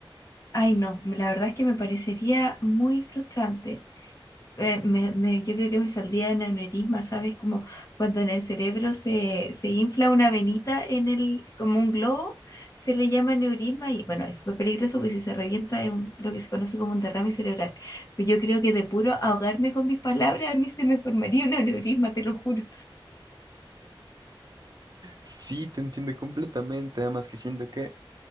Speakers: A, on the left (about 40°); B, on the right (about 45°).
A: ay no, la verdad es que me parecería muy frustrante. eh, me, me- yo creo que me saldría en aneurisma, ¿sabes? Como cuando en el cerebro se, se infla una venita en el, como un globo, se le llama aneurisma y bueno, es súper peligroso porque si se revienta es un- lo que se conoce como un derrame cerebral. Pero yo creo que de puro ahogarme con mis palabras a mí se me formaría un aneurisma, te lo juro.
B: Sí, te entiendo completamente, además que siento que,